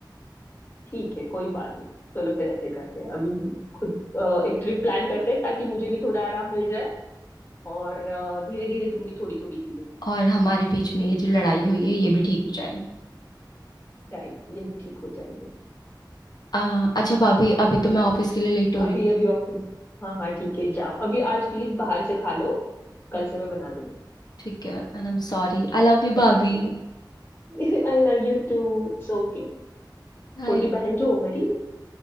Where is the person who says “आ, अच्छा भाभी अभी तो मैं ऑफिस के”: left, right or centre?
Left